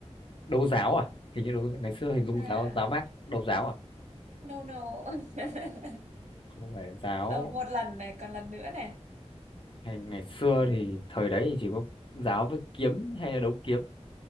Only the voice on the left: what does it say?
đấu giáo à hình như đấu, ngày xưa hình dung
giáo giáo bác đấu giáo à
không phải giáo
hay ngày xưa thì thời đấy thì chỉ có giáo với kiếm hay là đấu kiếm